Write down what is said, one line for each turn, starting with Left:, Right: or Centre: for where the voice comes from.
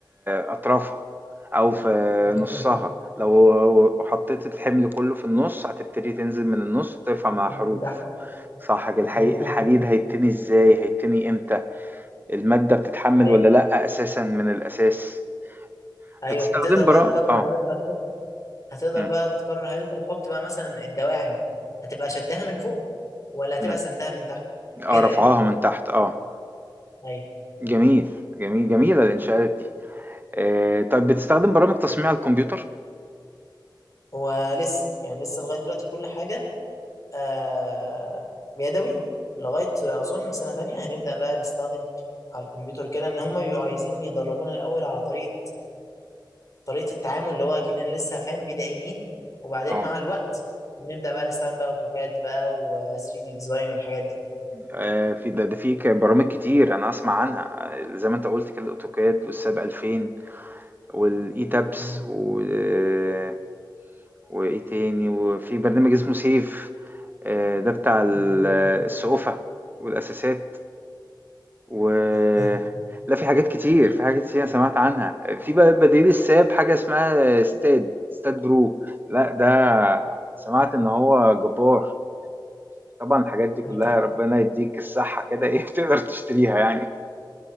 Right: أطرافها أو في
Left: مظبوط
Right: نصها لو حطيت الحمل كله في النص هتبتدي تنزل من النص ترفع مع
Left: تنزل
Right: حروف
Left: تحت
Right: صح كده الحي-
Left: مظبوط
Right: الحديد هيتني ازاي هيتني امتى المادة بتتحمل
Left: ايوه
Right: ولا لأ أساسا من الأساس
Left: ايوه
Right: بتستخدم
Left: فتقدر بقى
Right: براءة
Left: تقرر
Right: اه
Left: هل انت هتحط هتقدر
Right: مم،
Left: بقى تقرر هل انت هتحط بقى مثلا الدواعم هتبقى شدها من فوق ولا هتبقى
Right: مم.
Left: سندها من تحت
Right: اه
Left: كده
Right: رفعها
Left: يعني
Right: من تحت اه
Left: ايوه
Right: جميل جميل جميلة الإنشاءات دي آه، طيب بتستخدم برامج تصميم على الكمبيوتر
Left: هو لسه يعني لسه لغايه دلوقتي كل حاجه آه يدوي لغاية أظن سنة تانية هنبدأ بقى نستخدم على الكمبيوتر كده إن هما بيبقوا عايزين يدربونا الأول على طريقة طريقة التعامل اللي هو كأننا لسه فاهم بدائيين وبعدين
Right: اه
Left: مع الوقت بنبدأ بقى نستخدم بقى أوتوكاد بقى و 3 دي ديزاين والحاجات دي
Right: آه، في ده, ده في ك- برامج كتير انا اسمع عنها آه، زي ما انت قلت كده الاوتوكاد والساب 2000 والاي تابس
Left: مم.
Right: و... آه، وايه تاني وفي برنامج اسمه سيف آه، ده بتاع ال-
Left: تمام.
Right: آه، السقوفة والاساسات و
Left: <laughs>
Right: لا في حاجات كتير في حاجات كتير انا سمعت عنها آه، في بقى بديل الساب حاجة اسمها ستاد ستاد برو لا ده سمعت ان هو جبار طبعا الحاجات دي كلها
Left: انت
Right: ربنا يديك الصحة كده ايه <laughs> تقدر تشتريها يعني